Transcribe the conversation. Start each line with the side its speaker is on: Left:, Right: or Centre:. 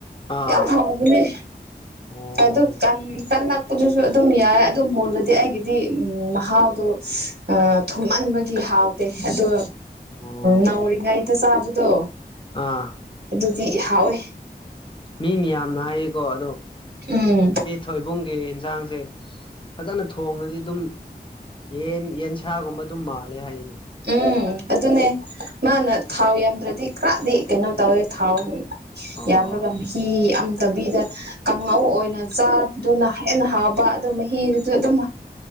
Left: ꯑꯥ
Right: ꯌꯥꯝ ꯍꯥꯎ ꯕꯅꯦ
Left: ꯑꯣ
Right: ꯑꯗꯨ ꯀꯟ ꯀꯜꯂꯛꯄꯗꯨꯁꯨ ꯑꯗꯨꯝ ꯌꯥꯏ ꯑꯗꯨ <inaudible> ꯑꯩꯒꯤꯗꯤ ꯎꯝ ꯃꯍꯥꯎꯗꯣ ꯑ ꯊꯨꯝꯃꯟꯕꯒꯤ ꯍꯥꯎꯇꯦ ꯑꯗꯣ
Left: ꯑꯣ
Right: ꯅꯧꯔꯤꯉꯩꯗ ꯆꯥꯕꯗꯣ
Left: ꯑꯥ
Right: ꯑꯗꯨꯗꯤꯍꯥꯎꯋꯦ
Left: ꯃꯤ ꯃꯌꯥꯝꯅ ꯍꯥꯏꯌꯦꯀꯣ ꯑꯗꯣ
Right: ꯎꯝ
Left: ꯊꯩꯕꯣꯡꯒꯤ ꯏꯟꯁꯥꯡꯁꯦ ꯐꯖꯅ ꯊꯣꯡꯉꯗꯤ ꯑꯗꯨꯝ ꯌꯦꯟ ꯌꯦꯟꯁꯥꯒꯨꯝꯕ ꯑꯗꯨꯝ ꯃꯥꯜꯂꯦ ꯍꯥꯏꯌꯦꯅꯦ
Right: ꯎꯝ ꯑꯗꯨꯅꯦ ꯃꯥꯅ ꯊꯥꯎ ꯌꯥꯝꯗ꯭ꯔꯗꯤ ꯈꯔꯗꯤ ꯀꯩꯅꯣ ꯇꯧꯋꯦ ꯊꯥꯎ
Left: ꯑꯣ
Right: ꯌꯥꯝꯃꯒ ꯃꯍꯤ ꯌꯥꯝꯗꯕꯤꯗ ꯀꯥꯡꯉꯧ ꯑꯣꯏꯅ ꯆꯥꯕꯗꯨꯅ ꯍꯦꯟꯅ ꯍꯥꯎꯕ ꯑꯗꯣ ꯃꯍꯤꯗꯨꯁꯨ ꯑꯗꯨꯝ